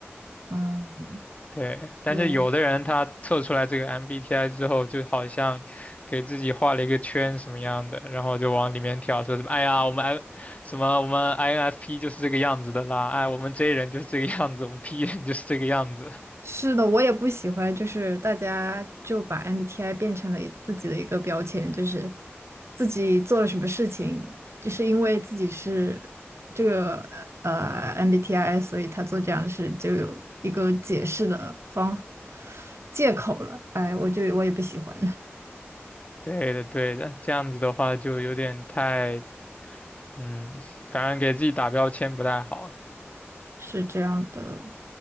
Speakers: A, on the right; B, on the left.
A: 嗯，
B: 对，但是有的人他测出来这个
A: 对。
B: MBTI 之后，就好像给自己画了一个圈什么样的，然后就往里面跳，说什么哎呀，我们 I 什么我们 INFP 就是这个样子的啦，哎，我们 J 人就是这个样子，我们 P 人就是这个样子。<laughs>
A: 是的，我也不喜欢，就是大家就把 MBTI 变成了自己的一个标签，就是自己做了什么事情，就是因为自己是这个呃 MBTI，所以他做这样的事就有一个解释的方借口了。哎，我就我也不喜欢，
B: 对的，对的，这样子的话就有点太，嗯，反正给自己打标签不太好。
A: <laughs> 是这样的，